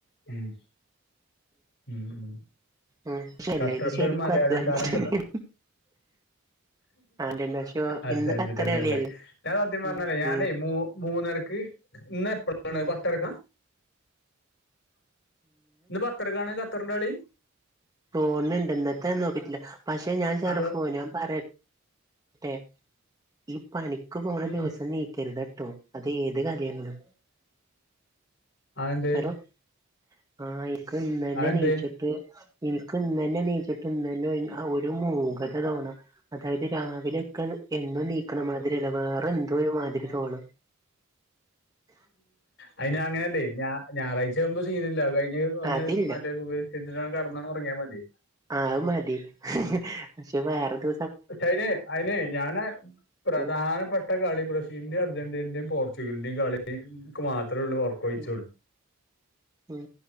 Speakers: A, on the left (about 55°); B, on the right (about 15°).
A: ഉം ഉം ഉം
B: ഉം പക്ഷെല്ല
A: ഖത്തറിലൊരു
B: ഇത് ശരിക്കും
A: മലയാളി
B: അധ്വാനിച്ചിട്ട്
A: താരം ഉണ്ടല്ലോ
B: തന്നെയാണ് ആന്റണി പക്ഷെ
A: അധ്വാനിച്ചിട്ടന്നെയല്ലേ
B: ഇന്ന് ഖത്തർ കളിയല്ലേ
A: ഞാൻ സത്യം പറഞ്ഞല്ലേ
B: ഉം
A: ഞാൻ
B: ഉം
A: മൂ മൂന്നരക്ക് ഇന്ന് എപ്പഴാണ്
B: ഉം
A: പത്തരക്കാ ഇന്ന് പത്തരക്കാണ് ഖത്തറിന്റെ കളി
B: ഫോണ് ഇണ്ട് ഇന്നത്തേന്ന് നോക്കിട്ടില്ല പക്ഷെ ഞാൻ <unintelligible>
A: അതോ
B: ഞാൻ പറ ട്ടെ ഈ പണിക്ക് പോണ
A: ഉം.
B: ദിവസം നീക്കരുത്ട്ടോ അത് ഏത് കാര്യങ്ങിലും
A: അതെന്തേ
B: <unintelligible> ആഹ് എക്ക് ഇന്നന്നെ
A: അതെന്തേ
B: നീച്ചിട്ട് എനിക്ക് ഇന്ന് തന്നെ നീച്ചിട്ട ഇന്ന് തന്നെ ഒരു മൂഖത തോന്നാ അതായത് രാ രിലക്ക എന്തോ നീക്കണ മാതിരില്ല വേറെ എന്തോ ഒരു മാതിരി തോണ
A: അതിന് അങ്ങനെയല്ലേ ഞ ഞായറാഴ്ച ആകുമ്പോ സീനല്ല കഴിഞ്ഞ് ഒന്ന്
B: അതില്ല
A: മറ്റേ സു <unintelligible> ഉറങ്ങിയ മതി
B: ആഹ് അത് മതി പക്ഷെ വേറെ ദി
A: അതിനെ അതിനെ ഞാന് പ്രധാനപ്പെട്ട
B: ഉം
A: കളി ബ്രസീലിന്റെയും അർജന്റീനന്റെയും പോർച്ചുഗലിന്റെയും കളിക്ക് മാത്രേ ഉള്ള <unintelligible>
B: ഉം ഉം